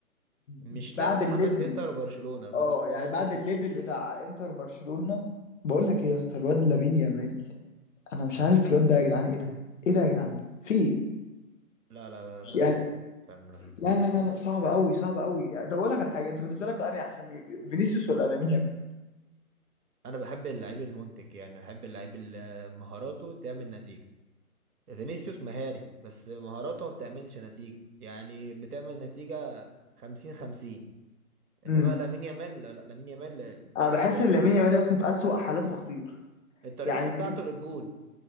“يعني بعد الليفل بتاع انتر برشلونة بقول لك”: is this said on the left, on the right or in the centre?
Left